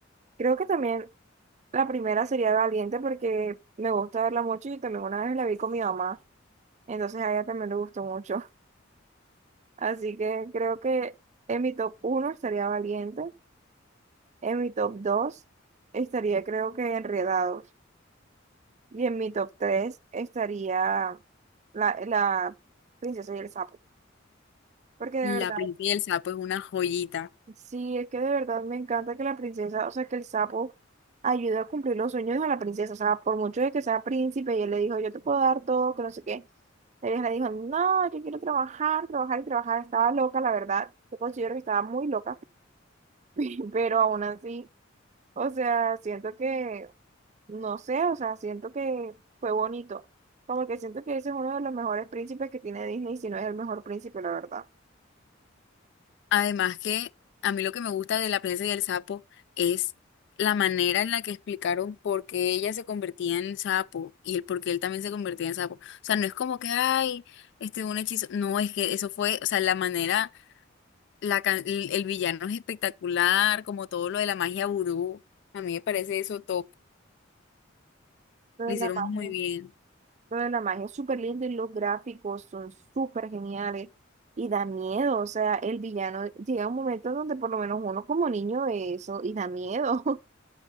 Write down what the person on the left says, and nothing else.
La
princesa, pues una joyita.
Además que a mí lo que me gusta de La princesa y el sapo es la manera en la que explicaron por qué ella se convertía en sapo y el por qué él también se convertía en sapo. O sea, no es como que, ay, este un hechizo. No, es que eso fue, o sea, la manera, la, can- el, el villano es espectacular, como todo lo de la magia vudú. A mí me parece eso top.
Lo
hicieron
muy bien.